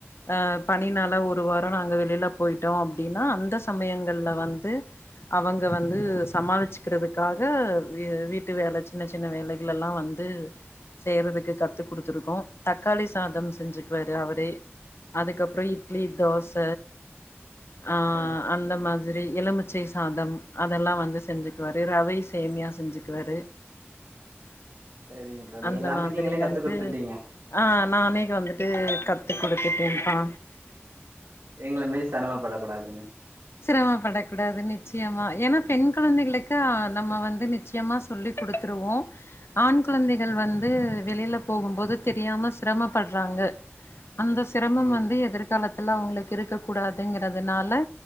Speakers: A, on the left; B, on the right.
A: அ பணினால ஒரு வாரோ நாங்க வெளில போயிட்டோ அப்டின்னா அந்த சமயங்கள்ல வந்து அவங்க வந்து சமாள்ச்சுக்றதுக்காக வீட்டு வேல சின்ன சின் ன வேலைக்லலா வந்து செய்றதுக்கு கத்து குடுத்துருக்கோ தக்காளி சாதம் செஞ்சுக்குவாரு அவரே அதுக்கப்றோ இட்லி தோச ஆ
B: சரிங்க
A: அந்த மாதி ரி எலுமிச்சை சாதம் அதெல்லா வந்து செஞ்சுக்குவாரு ரவை சேமியா செஞ்சுக்குவாரு
B: சேரிங்க தோழி
A: அந்த
B: எல்லாமே
A: மாதிரி
B: நீங்ளே கத்து
A: வந்து
B: குடுத்துட்டீங்க
A: ஆ நானே வந்துட்டு கத்து குடுத்துட்டே பா
B: எங்ள மாரி செரமப்படக் கூடாதுனு
A: சிரமப்படக் கூடாது நிச்சயமா ஏன்னா பெண் குழந்தைகளுக்கு நம்ம வந்து நிச் சயமா சொல்லி குடுத்துருவோ ஆண் குழந்தைகள் வந்து வெளில போகுபோது தெரியாம சிரமப்பட்றாங்க அந்த சிரமம்
B: ஆமாங்
A: வந்து எதிர்காலத்துல அவுங்ளுக்கு இருக்க கூடாதுங்றதுனால